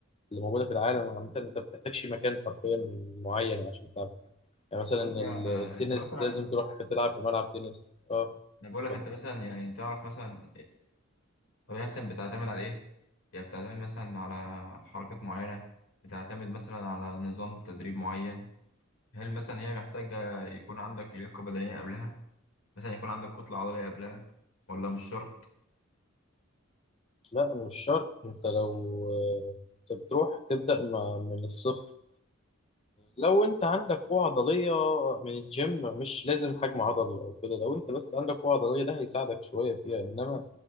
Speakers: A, on the left; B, on the left.
A: اللي موجوده في العالم عامه انت ما بتحتاجش مكان حرفيا معين عشان تلعب يعني مثلا
B: طب انت
A: ال- التنس
B: انت مثلا
A: لازم تروح تلعب في ملعب تنس اه
B: انا بقول لك
A: طب
B: انت مثلا يعني تعرف مثلا طب هي مثلا بتعتمد على إيه؟ يعني بتعتمد مثلا على حركات معينة بتعتمد مثلا على نظام تدريب معين هل مثلا هي محتاجة يكون عندك لياقة بدنية قبلها؟ مثلا يكون عندك كتلة عضلية قبلها ولا مش شرط؟
A: لا مش شرط انت لو آه، انت بتروح تبدا م- من الصفر لو انت عندك قوة عضلية من الجيم مش لازم حجم عضلي او كده لو انت بس عندك قوة عضلية ده هيساعدك شوية فيها انما